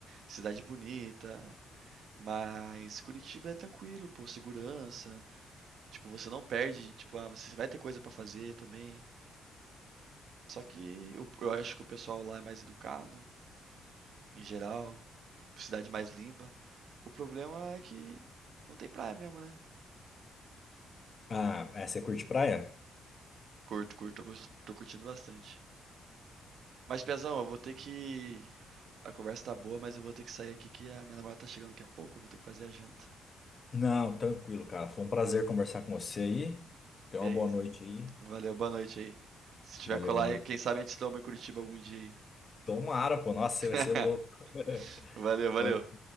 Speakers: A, on the right (about 65°); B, on the left (about 35°).
A: cidade bonita. Mas Curitiba é tranquilo, pô, segurança. Tipo, você não perde, tipo, ah, você vai ter coisa pra fazer também. Só que o- eu acho que o pessoal lá é mais educado, em geral. Cidade mais limpa. O problema é que não tem praia mesmo, né?
B: Ah, é, você curte praia?
A: Curto, curto, eu gost- tô curtindo bastante. Mas, Pezão, eu vou ter que. A conversa tá boa, mas eu vou ter que sair aqui que a minha namorada tá chegando daqui a pouco, eu vou ter que fazer a janta.
B: Não, tranquilo, cara. Foi um prazer conversar com você aí. Tenha
A: E
B: uma
A: é
B: boa
A: isso.
B: noite aí.
A: valeu, boa noite aí. Se tiver
B: Valeu,
A: colar,
B: valeu.
A: quem sabe a gente toma em Curitiba algum dia aí.
B: Tomara, pô. Nossa, você
A: <laughs>
B: vai ser louco. <laughs>
A: Valeu, valeu.
B: Valeu.